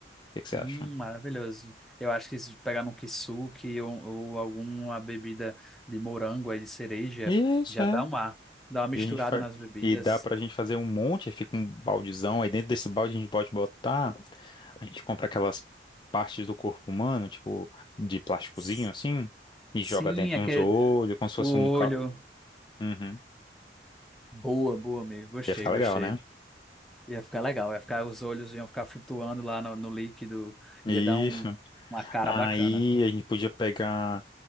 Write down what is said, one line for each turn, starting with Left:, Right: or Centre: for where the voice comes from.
Left: que que você
Centre: hum,
Left: acha?
Centre: maravilhoso. Eu acho que se pegar num kisuke ou, ou alguma bebida de morango aí, de cereja,
Left: Isso,
Centre: já
Left: é
Centre: dá um ar. Dá uma misturada
Left: E a gente faz.
Centre: nas bebidas.
Left: E dá pra gente fazer um monte, aí fica um baldezão. Aí dentro desse balde a gente pode botar. A gente compra aquelas partes do corpo humano, tipo, de plásticozinho
Centre: S-
Left: assim, e
Centre: Sim,
Left: joga dentro
Centre: aquele,
Left: uns olhos, como se fosse
Centre: o
Left: um. Ca...
Centre: olho.
Left: Uhum.
Centre: Boa, boa, amigo. Gostei,
Left: Ia ficar
Centre: gostei.
Left: legal, né?
Centre: Ia ficar legal. Ia ficar, os olhos iam ficar flutuando lá no, no líquido. Ia
Left: Isso.
Centre: dar um, uma cara
Left: Aí
Centre: bacana.
Left: a gente podia pegar